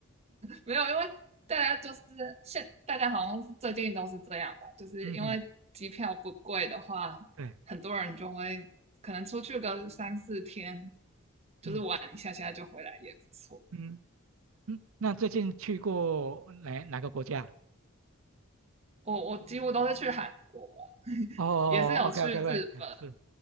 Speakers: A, on the right; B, on the right.
A: 没有，因为大家就是现，大家好像最近都是这样吧，就是因为机票不贵的话，
B: 嗯嗯，对，
A: 很多人就会可能出去个三四天，就是玩一下下就回来也不错。
B: 嗯嗯嗯。那最近去过哪哪个国家？
A: 我我几乎都是去韩国啊，<laughs>
B: 哦，OK
A: 也是有去日本。
B: OK OK，是